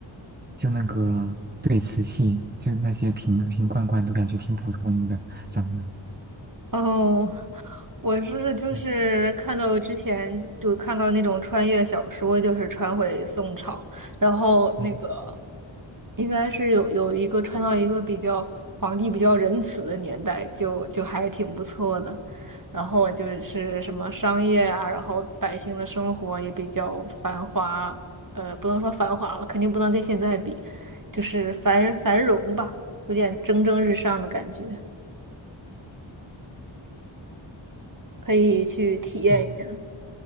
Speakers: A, on the right; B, on the right.
A: 就那个对瓷器，就是那些瓶瓶罐罐都感觉挺普通的，长得。
B: 哦，我是就是看到之前就看到那种穿越小说，
A: 嗯
B: 就是穿回宋朝，然后那个
A: 哦
B: 应该是有有一个穿到一个比较皇帝比较仁慈的年代，就就还挺不错的。然后我就是什么商业啊，然后百姓的生活也比较繁华，呃，不能说繁华吧，肯定不能跟现在比，就是繁繁荣吧，有点蒸蒸日上的感觉，可以去体验一下。
A: 哦，